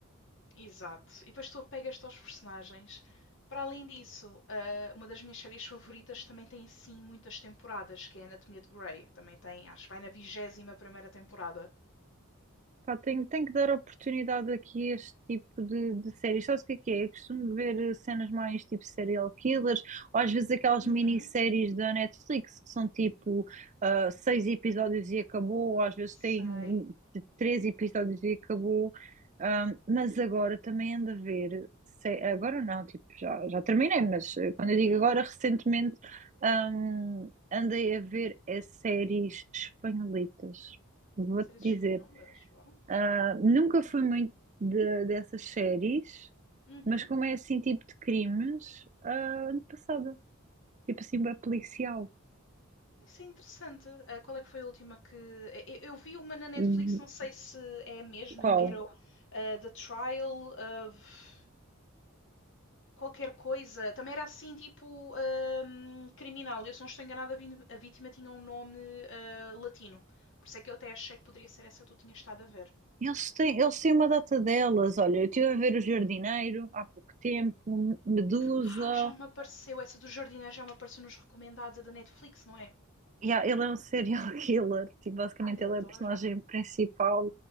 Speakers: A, on the left; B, on the right.
A: Exato. E depois tu apegas-te aos personagens. Para além disso, ah, uma das minhas séries favoritas também tem assim muitas temporadas, que é Anatomia de Grey. Também tem, acho que vai na vigésima primeira temporada.
B: Pá, tenho, tenho que dar oportunidade aqui a este tipo de, de séries. Sabes o que é que é? Eu costumo ver eh, cenas mais tipo serial killers, ou às vezes aquelas
A: Uhum.
B: minisséries da Netflix que são tipo ah, seis episódios e acabou, ou às vezes
A: Sei.
B: têm um- três episódios e acabou. Ahm, mas agora também ando a ver, sé- agora não, tipo, já, já terminei, mas eh, quando
A: Uhum.
B: eu digo agora, recentemente ahm, andei a ver as séries espanholitas. Vou-te
A: Séries
B: dizer.
A: espanholas, uau.
B: Ah, nunca fui muito de- dessas séries,
A: Uhum.
B: mas como é assim tipo de crimes, ah, ano passado, tipo assim, bem policial.
A: Isso é interessante. Ah, qual é que foi a última que. eh, Eu, eu vi uma na Netflix,
B: Hum,
A: não sei se é a mesma,
B: Qual?
A: eu- era o, ah, The Trial of. qualquer coisa. Também era assim, tipo, hum, criminal. Eu, se não estou enganada, a vítima tinha um nome ah, latino. Por isso é que eu até achei que poderia ser essa que tu tinhas estado a ver.
B: Eles têm, eles têm uma data delas, olha, eu estive a ver O Jardineiro há pouco tempo, Medusa,
A: Ah, já me apareceu. Essa do jardineiro já me apareceu nos recomendados, a da Netflix, não é?
B: e há- ele é um serial <laughs> killer, tipo, basicamente
A: Ai, adoro.
B: ele é o personagem principal,